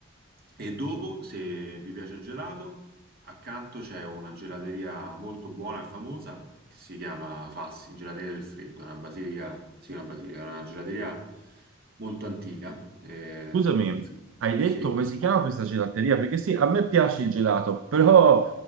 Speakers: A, on the right (about 50°); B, on the right (about 70°).
A: E dopo, se vi piace il gelato, accanto c'è una gelateria molto buona e famosa che si chiama Fassi, Gelateria del Freddo, è una basilica, sì, una basilica, è una gelateria molto antica. ehm,
B: Scusami,
A: sì,
B: hai detto
A: sì.
B: come si chiama questa gelateria? Perché sì, a me piace il gelato, però